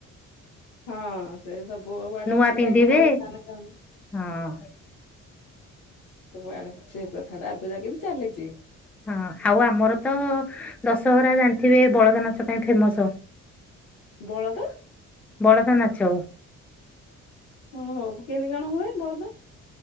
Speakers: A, on the left; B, in the centre.
A: ହଁ ସେସବୁ କୁଆଡ଼େ
B: ନୂଆ
A: ଅଛି
B: ପିନ୍ଧିବେ
A: ପାଇକ ମାନେ <unintelligible>
B: ହଁ
A: ସବୁଆଡ଼େ ଅଛି ପ୍ରଥାଟା ଆବେ ଯାକେବି ଚାଲିଚି।
B: ହଁ ଆଉ ଆମରତ ଦଶହରା ଜାଣିଥିବେ ବଳଦ ନାଚ ପାଇଁ ଫେମସ୍। <inaudible>
A: ବଳଦ
B: ବଳଦ ନାଚ।
A: ଓହୋ କେମିତି କଣ ହୁଏ ବଳଦ?